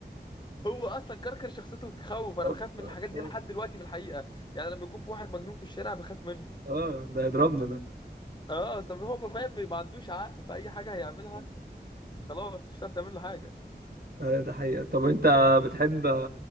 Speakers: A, on the left; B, on the right.
A: هو اصلا كركر شخصيته تخوف انا بخاف
B: اه
A: من الحاجات دي لحد دلوقتي من الحقيقه يعني لما يكون في واحد مجنون في الشارع بخاف منه
B: آه، ده يضربنا
A: اه اصل هو ما فاهم ما عندوش عقل في اي حاجه هيعملها
B: ده
A: خلاص مش هتعرف تعمل له حاجه
B: ايوه ده حقيقة طب انت بتحب